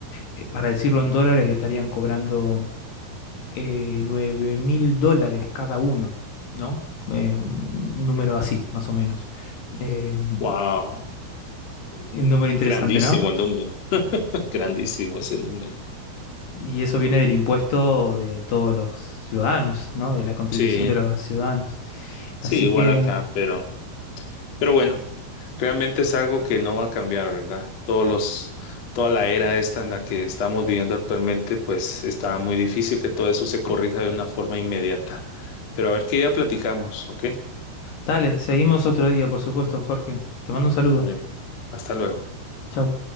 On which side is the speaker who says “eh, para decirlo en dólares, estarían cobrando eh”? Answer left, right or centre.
Left